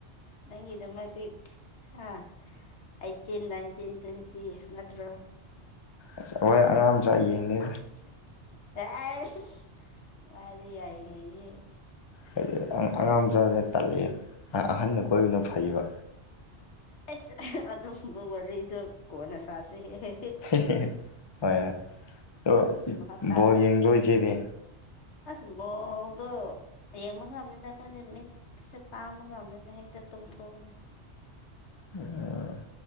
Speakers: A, on the left (about 75°); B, on the left (about 35°).
A: ꯅꯪꯒꯤꯗꯃꯛꯇꯤ ꯍꯥ ꯑꯩꯠꯇꯤꯟ ꯅꯥꯟꯏꯇꯤꯟ ꯇ꯭ꯋꯦꯟꯇꯤ ꯅꯠꯇ꯭ꯔꯣ
B: ꯑꯁ ꯑꯩꯈꯣꯏ ꯑꯉꯥꯡ ꯃꯆꯥ ꯌꯦꯡꯗ
A: <unintelligible>
B: ꯍꯥꯏꯗꯤ ꯑꯉꯥꯡ ꯃꯆꯥꯁꯦ ꯇꯠꯂꯛꯑꯦ ꯑꯍꯟꯅ ꯀꯣꯏꯕꯅ ꯐꯩꯌꯦꯕ
A: ꯑꯁ ꯑꯗꯨꯝꯕ ꯋꯥꯔꯤꯗꯣ ꯀꯣꯟꯅ ꯁꯥꯁꯦꯍꯦꯍꯦ
B: <unintelligible> ꯍꯣꯏ ꯍꯣꯏ ꯑꯣ
A: ꯚꯥꯞ ꯇꯥꯎ
B: ꯕꯣꯜ ꯌꯦꯡꯗꯔꯣ ꯏꯆꯦꯗꯤ
A: ꯑꯁ ꯕꯣꯜꯗꯣ ꯌꯦꯡꯕ ꯉꯝꯗꯦꯗ ꯑꯩꯈꯣꯏꯗꯤ ꯃꯤꯠ ꯃꯤꯠꯁꯦ ꯄꯥꯡꯕ ꯉꯝꯗꯅ ꯍꯦꯛꯇ ꯇꯨꯝꯊꯣꯛꯑꯗ
B: ꯑ